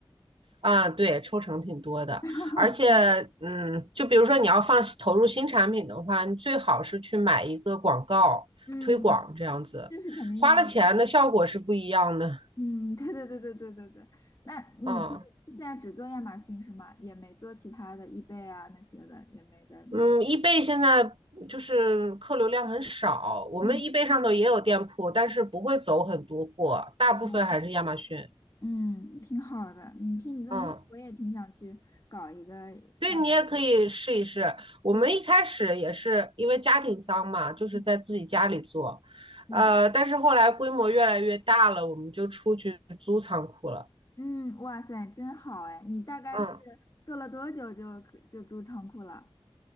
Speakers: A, on the right; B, on the left.
A: 啊，对，抽成挺多的，
B: <laughs>
A: 而且，嗯，就比如说你要放投入新产品的话，你最好是去买一个广告推广这样子，
B: 嗯，嗯这是肯定要的。
A: 花了钱的效果是不一样的。
B: 嗯，对对对对对对对。那你就现在只做亚马逊是吗？
A: 啊，
B: 也没做其他的 eBay 啊那些的，也没在弄。
A: 嗯，易贝现在就是客流量很少，我们易贝上头也有店铺，
B: 嗯，
A: 但是不会走很多货，大部分还是亚马逊。
B: 哦嗯，挺好的。你听你这么说，
A: 嗯。
B: 我也挺想去搞一个亚马逊。
A: 对你也可以试一试。我们一开始也是因为家庭脏嘛，
B: 对，
A: 就是在自己家里做，
B: 嗯嗯。
A: 呃，但是后来规模越来越大了，我们就出去租仓库了。
B: 嗯，哇塞，真好哎！你大概是
A: 嗯，
B: 做了多久就可就租仓库了？